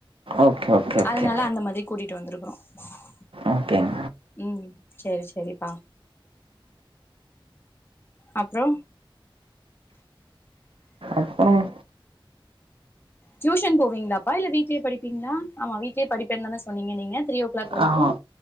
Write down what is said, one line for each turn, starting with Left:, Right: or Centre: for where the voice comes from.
Right: ஓகே ஓகே ஓகே
Left: அதனால அந்த மாதிரி கூட்டிட்டு வந்துரும் அஹ்
Right: ஓகேங்
Left: உம் செரி செரிப்பா அப்புறோ
Right: அப்புறம்
Left: டியூஷன் போவீங்களாப்பா இல்ல வீட்டிலேயே படிப்பீங்களா ஆமா வீட்டிலேயே படிப்பேன்னு தான சொன்னீங்க நீங்க த்ரீ ஓ கிளாக் வரைக்கும்
Right: ஆஹா